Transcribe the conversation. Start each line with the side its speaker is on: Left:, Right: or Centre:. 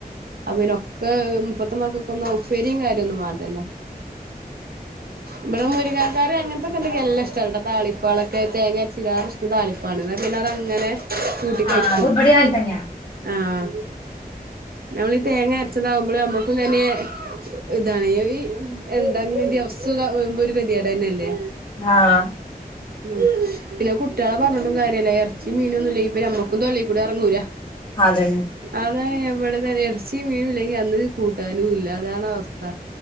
Right: അപ്പൊ പിന്നൊക്കെ ഇപ്പത്തെ മക്കക്കൊന്നു ആ ഉപ്പരീം കാര്യം ഒന്നും വേണ്ടല്ലോ ഇവിടെ മുരിങ്ങക്കറി അങ്ങനത്തൊക്കെ ഉണ്ടെങ്കി എല്ലാ ഇഷ്ട ട്ടോ താളിപ്പാളൊക്കെ തേങ്ങരച് തിരാറിക്കിഷ്ടം താളിപ്പാണ് എന്ന പിന്നെ അതങ്ങനെ കൂട്ടിക്കഴിക്കും
Left: ആ അത് ഇവിടെ അങ്ങനെ തന്നെയാ
Right: ആഹ് നമ്മളീ തേങ്ങ അരച്ചതാവുമ്പൊള് അമ്മുക്കും തന്നെ ഇതാണ് ഈ ഈ എന്തങ്കി അവസ് സുക വമ്പോ ഒരു ഗതികേട്ന്നല്ലേ
Left: ആഹ്
Right: മ് പിന്നെ കുട്ടികളെ പറഞ്ഞിട്ടും കാര്യല്ല എറച്ചി മീനൊന്നുല്ലെങ്കിപ്പിന്നെ നമ്മക്കും തൊള്ളി കൂടി എറങ്ങൂല
Left: അതെന്നെ
Right: അതാണ് ഞാൻ ഇവിട്ത്തന്നെ എറച്ചിയും മീനും ഇല്ലെങ്കിൽ അന്ന് കൂട്ടാനുംല്ല അതാണ് അവസ്ഥ